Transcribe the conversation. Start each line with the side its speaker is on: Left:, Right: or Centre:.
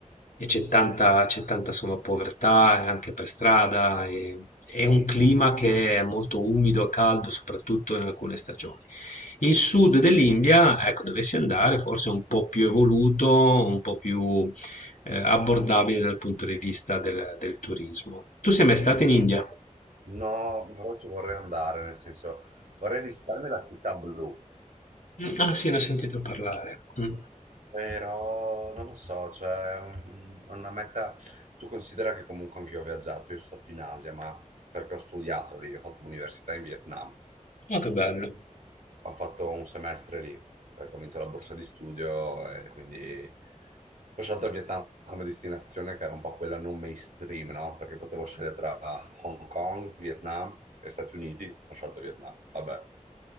Left: e c'è tanta, c'è tanta insomma, povertà anche per strada. E, è un clima
Right: Mm.
Left: che è molto umido e caldo, soprattutto in alcune stagioni. Il sud dell'India, ecco, dovessi andare, forse è un po' più evoluto, un po' più eh, abbordabile dal punto di vista del, del turismo. Tu sei mai stato
Right: Ma
Left: in
Right: tu-
Left: India?
Right: No, però ci vorrei andare, nel senso, vorrei visitarmi la città blu,
Left: Mm, Ah sì, ne ho sentito parlare. Mm.
Right: però non lo so, cioè un- una meta, tu considera che comunque anch'io ho viaggiato, io sono stato in Asia, ma perché ho studiato lì, ho fatto l'università in Vietnam.
Left: Oh, che bello.
Right: ho fatto un semestre lì perché ho vinto la borsa di studio e quindi ho scelto il Vietnam come destinazione che era un po' quella non mainstream, no? Perché potevo scegliere tra Hong Kong, Vietnam e Stati Uniti, ho scelto Vietnam, vabbè.